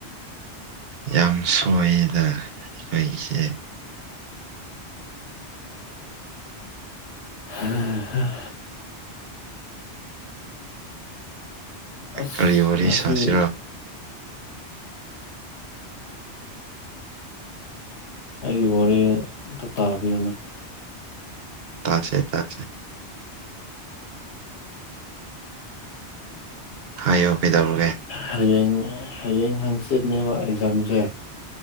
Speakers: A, on the right; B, on the left.
A: ꯌꯥꯝ ꯁꯣꯏꯗ ꯑꯩꯈꯣꯏꯁꯦ
B: ꯎꯝꯝ <unintelligible> <inaudible> ꯑꯁ
A: ꯀꯔꯤ ꯋꯥꯔꯤ
B: ꯉꯁꯤ
A: ꯁꯥꯁꯤꯔꯣ
B: ꯑꯩ ꯋꯥꯔ ꯇ ꯇꯥꯕꯤꯅ
A: <inaudible> ꯇꯥꯁꯦ ꯊꯦ ꯍꯥꯏꯌꯣ ꯀꯩꯗꯧꯔꯒꯦ
B: ꯍꯌꯦꯡ ꯍꯌꯦꯡ ꯍꯪꯆꯤꯠꯅꯦꯕ ꯑꯦꯛꯖꯥꯝꯁꯦ